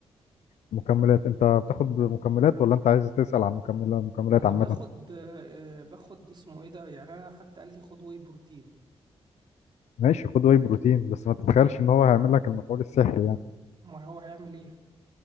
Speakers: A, on the left; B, on the right.
A: مكملات انت بتاخد مكملات ولا انت عايز تسأل عن مكملة مكملات
B: انا
A: عامة
B: باخد آه، باخد اسمه ايه ده يعني انا حد قال لي خد واي بروتين
A: ماشي خد واي بروتين بس ما تتخيلش ان هو هيعمل لك المفعول السحري يعني
B: ما هو هيعمل ايه